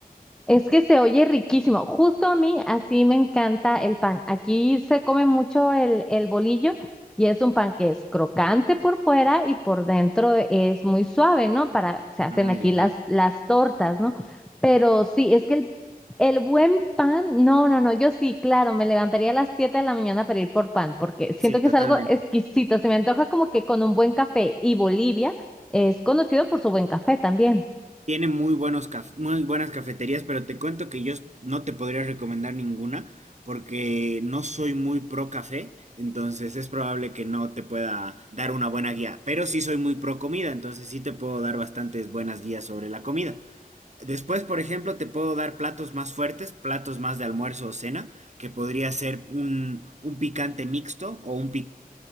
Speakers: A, in the centre; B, on the right.
A: Es que se oye riquísimo. Justo a mí así me encanta el pan. Aquí se come mucho el, el bolillo y es un pan que es crocante por fuera y por dentro es muy suave, ¿no? Para, se hacen
B: Ah,
A: aquí
B: ya.
A: las, las tortas, ¿no? Pero sí, es que el, el buen pan, no, no, no, yo sí, claro, me levantaría a las 7 de la mañana para ir por pan porque siento
B: Sí,
A: que
B: totalmente.
A: es algo exquisito. Se me antoja como que con un buen café y Bolivia es conocido por su buen café también.
B: Tiene muy buenos caf- muy buenas cafeterías, pero te cuento que yo s- no te podría recomendar ninguna porque no soy muy pro café, entonces es probable que no te pueda dar una buena guía, pero sí soy muy pro comida, entonces sí te puedo dar bastantes buenas guías sobre la comida. Después, por ejemplo, te puedo dar platos más fuertes, platos más de almuerzo o cena, que podría ser un, un picante mixto o un picante